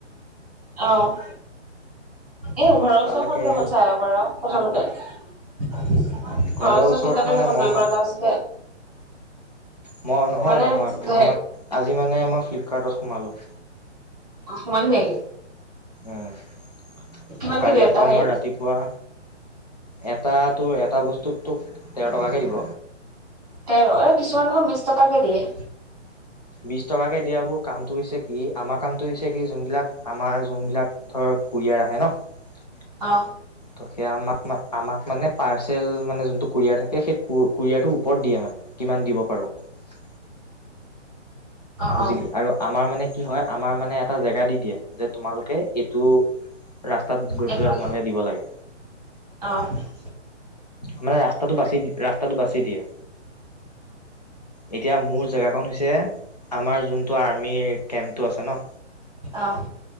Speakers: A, on the right; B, on the left.
A: অ', এ ঘৰৰ
B: তালৈকে
A: ওচৰৰ খন ৰ চাই আহিব পাৰ, প্ৰথমতে। খৰচৰ
B: ঘৰৰ ওচৰত
A: ফিল্ডতে
B: মানে
A: দেখোন
B: মই
A: দৌৰি
B: ম
A: পা তাৰপিছতে।
B: মই নহয়
A: মানে
B: নহয়
A: হে
B: মই আজি মানে মই ফ্লিপকাৰ্টত সোমালোঁ।
A: সোমালি নেকি?
B: এহ
A: কিমানকে
B: ত কালিপা
A: দিয়ে এটা হেৰিত
B: মই ৰাতিপুৱা এটা তোৰ এটা বস্তুত তোক তেৰ টকাকে দিব।
A: তেৰ এ কিছুমান নহ বিশ টকাকে দিয়ে।
B: বিশ টকাকে দিয়াবোৰ কামটো হৈছে কি, আমাৰ কামটো হৈছে কি যোনবিলাক আমাৰ যোনবিলাক ধৰ। কুৰিয়াৰ আহে ন'
A: অ
B: ত' সেয়া আমাৰ। আমাক মানে পাৰ্চেল যোনটো কুৰিয়াৰ থাকে সেই কুৰিয়াৰটোৰ ওপৰত দিয়ে মানে কিমান দিব পাৰো। হয়।
A: অ
B: বুজিলি
A: অ
B: আৰু আমাৰ মানে কি হয় আমাৰ মানে এটা জেগা দি দিয়ে যে তোমালোকে এইটো। ৰাস্তাত গৈ
A: এইটো
B: পেলাই তোমালোকে দিব লাগে।
A: অ অ
B: মানে ৰাস্তাটো বাচি ৰাস্তাটো বাচি দিয়ে এতিয়া মোৰ। এখন হৈছে আমাৰ যোনটো আৰ্মিৰ কেম্পটো আছে ন'
A: অ'